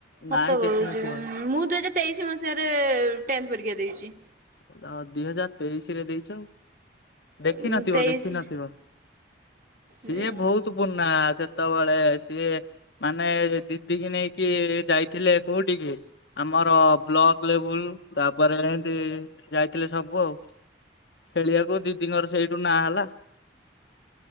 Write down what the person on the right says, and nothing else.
ସତ
କହୁଚି, ଉମ୍ ମୁଁ ଦୁଇ ହଜାର ତେଇଶି ମସିହାରେ ଟେନଥ ପରୀକ୍ଷା ଦେଇଛି।
ମୁଁ ତେଇଶି
ରେ